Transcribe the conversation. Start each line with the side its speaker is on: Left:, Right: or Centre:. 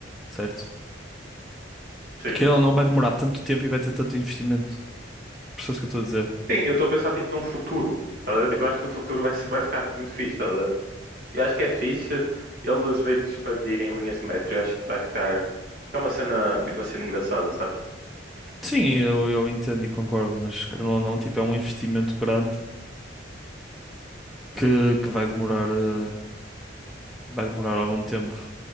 Centre: certo?
Right: sim.
Centre: Aquilo ou não vai demorar tanto tempo e vai ter tanto investimento. Percebes o que eu estou a dizer?
Right: Sim, eu estou a pensar tipo num futuro. Tá a ver? Tipo, eu acho que no futuro vai, se- <laughs> vai ficar tipo, muito fixe. Tá a ver? Eu acho que é fixe eles meio que expandirem linhas de metro. Eu acho que vai ficar. É uma cena, uma cena engraçada, sabes?
Centre: Sim, eu, eu entendo e concordo, mas querendo ou não, tipo, é um investimento grande que, que vai demorar, eh, vai demorar algum tempo.